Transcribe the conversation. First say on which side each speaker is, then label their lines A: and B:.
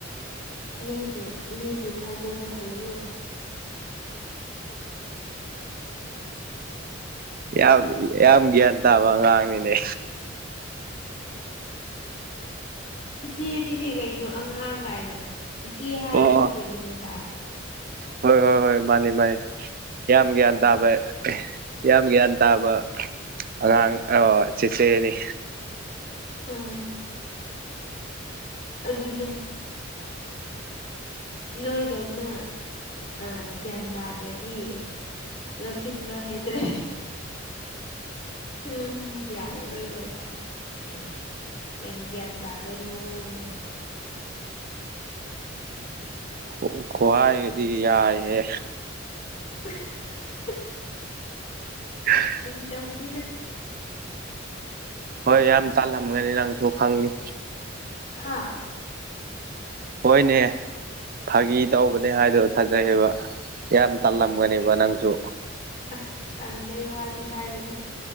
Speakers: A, on the left; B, on the right.
A: ꯃꯤꯕꯨ ꯃꯤꯕꯨ ꯊꯥꯖꯕ ꯍꯩꯌꯨ
B: ꯌꯥꯝ ꯌꯥꯝ ꯒ꯭ꯌꯥꯟ ꯇꯥꯕ ꯑꯉꯥꯡꯅꯤꯅꯦ
A: ꯏꯆꯦꯗꯤꯅꯦ ꯀꯩꯅꯣ ꯑꯉꯥꯡ ꯀꯥꯏꯅ ꯏꯆꯦ ꯍꯥꯏꯕ
B: ꯑꯣ
A: ꯅꯠꯇ꯭ꯔꯣ
B: ꯑꯣ
A: ꯅꯪ ꯉꯁꯥꯏ
B: ꯍꯣꯏ ꯍꯣꯏ ꯍꯣꯏ ꯃꯥꯅꯤ ꯃꯥꯅꯤ ꯌꯥꯝ ꯒ꯭ꯌꯥꯟ ꯇꯥꯕ ꯌꯥꯝ ꯒ꯭ꯌꯥꯟ ꯇꯥꯕ ꯑꯉꯥꯡ ꯑꯣ ꯆꯤꯆꯦꯅꯤ
A: ꯎꯝ ꯑꯗꯨꯅꯤ ꯅꯣꯏꯗꯧꯅ ꯑꯥ ꯒ꯭ꯌꯥꯟ ꯇꯥꯗ꯭ꯔꯗꯤ ꯂꯧꯁꯤꯟꯕ ꯍꯩꯇ꯭ꯔꯦ ꯎꯝ ꯌꯥꯔꯔꯣꯏꯗꯧꯕ ꯑꯩ ꯌꯥꯝ ꯒ꯭ꯌꯥꯟ ꯇꯥꯕꯩ ꯃꯋꯣꯡꯗꯣ
B: ꯑꯣ ꯈꯨꯍꯥꯏꯒꯗꯤ ꯌꯥꯏꯍꯦ
A: <unintelligible>
B: <unintelligible>
A: ꯐꯒꯤ ꯇꯧꯕꯅꯤꯅ
B: ꯍꯣꯏ ꯌꯥꯝ ꯇꯥꯜꯂꯝꯒꯅꯤ ꯅꯪꯁꯨ ꯈꯪꯉꯤ
A: ꯍꯥꯥ
B: ꯍꯣꯏꯅꯦ ꯐꯥꯒꯤ ꯇꯧꯕꯅꯦ ꯍꯥꯏꯗꯣ ꯊꯥꯖꯩ ꯍꯥꯏꯕ ꯌꯥꯝ
A: ꯎꯝ
B: ꯇꯜꯂꯝꯒꯅꯦꯕ ꯅꯪꯖꯨ
A: ꯑꯁ ꯇꯟꯕꯩ ꯋꯥꯗꯤ ꯍꯥꯏꯔꯅꯨ